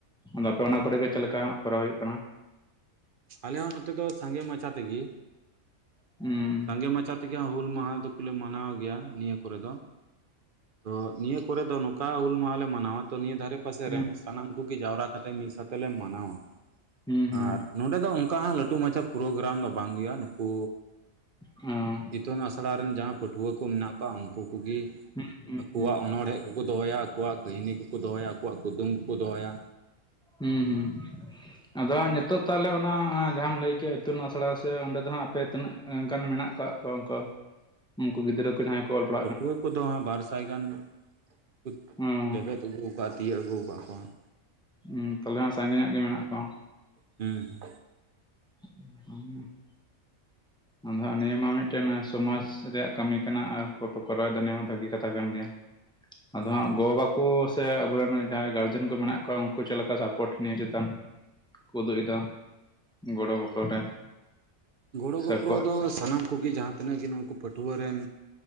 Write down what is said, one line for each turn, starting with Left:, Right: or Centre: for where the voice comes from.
Centre: ᱟᱫᱚ ᱟᱯᱮ ᱚᱱᱟ ᱠᱚᱨᱮ ᱜᱮ ᱪᱮᱫ ᱞᱮᱠᱟ ᱠᱚᱨᱟᱣ ᱦᱩᱭᱩᱜ ᱠᱟᱱᱟ
Right: ᱟᱞᱮ ᱦᱚᱸ ᱱᱚᱛᱮ ᱫᱚ ᱥᱟᱸᱜᱮ ᱢᱟᱪᱷᱟ ᱛᱮ ᱜᱮ
Centre: ᱦᱩᱸ
Right: ᱥᱟᱸᱜᱮ ᱢᱟᱪᱷᱟ ᱛᱮ ᱜᱮ ᱦᱩᱞ ᱢᱟᱦᱟ ᱫᱚ ᱠᱚ ᱞᱮ ᱢᱟᱱᱟᱣ ᱜᱮᱭᱟ ᱱᱤᱭᱟᱹ ᱠᱚᱨᱮ ᱫᱚ ᱛᱚ ᱱᱤᱭᱟᱹ ᱠᱚᱨᱮ ᱫᱚ ᱱᱚᱝᱠᱟ ᱦᱩᱞ ᱢᱟᱦᱟᱞᱮ ᱢᱟᱱᱟᱣᱟ ᱛᱚ ᱱᱤᱭᱟᱹ ᱫᱷᱟᱨᱮ ᱯᱟᱥᱮ
Centre: ᱦᱩᱸ
Right: ᱨᱮᱱ ᱥᱟᱱᱟᱢ ᱠᱚᱜᱮ ᱡᱟᱣᱨᱟ ᱠᱟᱛᱮ ᱢᱤᱫ ᱥᱟᱛᱮ ᱞᱮ ᱢᱟᱱᱟᱣᱟ
Centre: ᱦᱩᱸ ᱦᱩᱸ
Right: ᱟᱨᱼᱼ ᱱᱚᱸᱰᱮ ᱫᱚ ᱚᱱᱠᱟ ᱦᱟᱸᱜ ᱞᱟᱹᱴᱩ ᱢᱟᱪᱷᱟ ᱯᱨᱳᱜᱨᱟᱢ ᱫᱚ ᱵᱟᱝ ᱜᱮᱭᱟ ᱱᱩᱠᱩ
Centre: ᱦᱩᱸᱻ
Right: ᱤᱛᱩᱱ ᱟᱥᱲᱟ ᱨᱮᱱ ᱡᱟᱦᱟᱸ ᱯᱟᱹᱴᱷᱩᱣᱟᱹ ᱠᱚ ᱢᱮᱱᱟᱜ ᱠᱚᱣᱟ ᱩᱱᱠᱩ ᱠᱚ ᱜᱮ
Centre: ᱦᱩᱸ ᱦᱩᱸ
Right: ᱟᱠᱚᱣᱟᱜ
Centre: ᱦᱩᱸ
Right: ᱚᱱᱚᱬᱦᱮᱸᱼᱼ ᱠᱚᱠᱚ ᱫᱚᱦᱚᱭᱟ ᱟᱠᱚᱣᱟᱜ ᱠᱟᱹᱦᱱᱤ ᱠᱚᱠᱚ ᱫᱚᱦᱚᱭᱟ ᱟᱠᱚᱣᱟᱜ ᱠᱩᱫᱩᱢ ᱠᱚᱠᱚ ᱫᱚᱦᱚᱭᱟ
Centre: ᱦᱩᱸ ᱦᱩᱸ ᱟᱫᱚ ᱦᱟᱸᱜ ᱱᱤᱛᱳᱜ ᱛᱟᱦᱚᱞᱮ ᱚᱱᱟ ᱡᱟᱦᱟᱢ ᱞᱟᱹᱭ ᱠᱮᱫ ᱤᱛᱩᱱ ᱟᱥᱲᱟ ᱥᱮ ᱚᱸᱰᱮ ᱫᱚ ᱦᱟᱸᱜ ᱟᱯᱮ ᱛᱤᱱᱟᱹᱜ ᱜᱟᱱ ᱢᱮᱱᱟᱜ ᱟᱠᱟᱜ ᱠᱚ ᱚᱱᱠᱟ ᱩᱱᱠᱩ ᱜᱤᱫᱽᱨᱟᱹ ᱡᱟᱦᱟᱸᱭ ᱠᱚ ᱚᱞ <unintelligible>
Right: ᱯᱟᱹᱴᱷᱣᱟᱹ ᱠᱚᱫᱚ ᱦᱟᱸᱜ ᱵᱟᱨ ᱥᱟᱭ ᱜᱟᱱ ᱠᱚ
Centre: ᱦᱩᱸ
Right: ᱞᱮᱵᱮᱫᱼᱼ ᱟᱹᱜᱩ ᱠᱟᱜ-ᱟ ᱛᱤᱭᱟᱹᱜ ᱟᱹᱜᱩ ᱠᱟᱜ-ᱟ ᱠᱚ ᱦᱟᱸᱜ
Centre: ᱦᱩᱸ ᱛᱟᱦᱚᱞᱮ ᱦᱟᱸᱜ ᱥᱟᱸᱜᱮ ᱧᱚᱜ ᱜᱮ ᱢᱮᱱᱟᱜ ᱠᱚᱣᱟ
Right: ᱦᱩᱸ ᱦᱩᱸ
Centre: <unintelligible> ᱟᱫᱚ <unintelligible> ᱱᱤᱭᱟᱹ ᱢᱟ ᱢᱤᱫᱴᱮᱱ <unintelligible> ᱨᱮᱭᱟᱜ ᱠᱟᱹᱢᱤ ᱠᱟᱱᱟ ᱟᱨ <unintelligible> ᱠᱚᱨᱟᱣ ᱮᱫᱟ ᱱᱤᱭᱟᱹ ᱢᱟ ᱵᱷᱟᱹᱜᱤ ᱠᱟᱛᱷᱟ ᱠᱟᱱ ᱜᱮᱭᱟ ᱟᱫᱚ
Right: ᱦᱩᱸ
Centre: ᱦᱟᱸᱜ ᱜᱚ ᱵᱟᱵᱟ ᱠᱩ ᱥᱮ ᱟᱵᱚ ᱨᱮᱱ ᱡᱟᱦᱟᱸᱭ ᱜᱟᱨᱡᱮᱱ ᱠᱚ ᱢᱮᱱᱟᱜ ᱠᱚᱣᱟ ᱩᱱᱠᱩ ᱪᱮᱫ ᱞᱮᱠᱟ ᱥᱟᱯᱳᱨᱴ ᱱᱤᱭᱟᱹ ᱪᱮᱛᱟᱱ ᱩᱫᱩᱜ ᱮᱫᱟ ᱜᱚᱲᱚ ᱜᱚᱯᱚᱲᱚ ᱨᱮ
Right: ᱜᱚᱲᱚ
Centre: ᱥᱮ
Right: ᱜᱚᱯᱚᱲᱚ
Centre: ᱟᱠᱚᱣᱟᱜ
Right: ᱫᱚ ᱥᱟᱱᱟᱢ ᱠᱩᱜᱮ ᱡᱟᱦᱟᱸ ᱛᱤᱱᱟᱹᱜ ᱜᱮ ᱱᱩᱝᱠᱩ ᱯᱟᱹᱴᱷᱣᱟᱹᱨ ᱨᱮᱱ